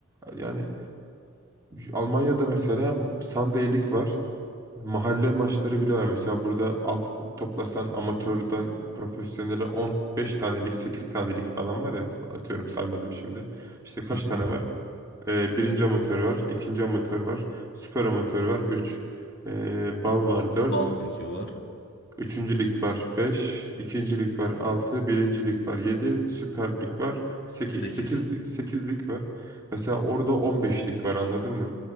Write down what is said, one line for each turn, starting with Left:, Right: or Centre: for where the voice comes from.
Right: Yani Almanya'da mesela Sunday Lig var. Mahalle maçları bile var. Mesela burada alt, toplasan amatörden profesyonele 15 tanelik, 8 tanelik falan var ya atıyorum saymadım şimdi. İşte kaç
Left: Hı hı.
Right: tane var? Ee, birinci amatör var, ikinci amatör var, süper amatör var, 3. bal var, dört
Left: Ballı ki var.
Right: Üçüncü lig var beş ikinci lig var altı birinci lig var yedi Süper Lig var sekiz
Left: 8.
Right: sekiz 8 lig var. Mesela orada 15 lig var anladın mı?